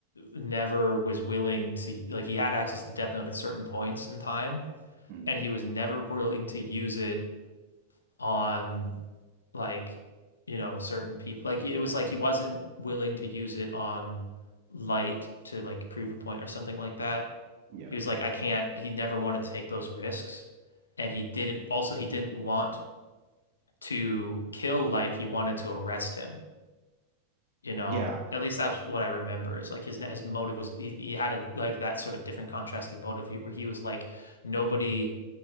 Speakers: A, on the left (about 70°); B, on the right (about 45°).
A: never was willing to like he had access to the Death Note at certain points in time
B: Mhm.
A: and he was never willing to use it on like you know certain people like it was like he wasn't willing to use it on light to like prove a point or something like that
B: Yeah.
A: he was like I can't he never wanted to take those risks and he didn't also he didn't want to kill light he wanted to arrest him you know
B: Yeah.
A: at least that's what I remember is like his his motive was he, he had a like that sort of different contrasting motive where he was like nobody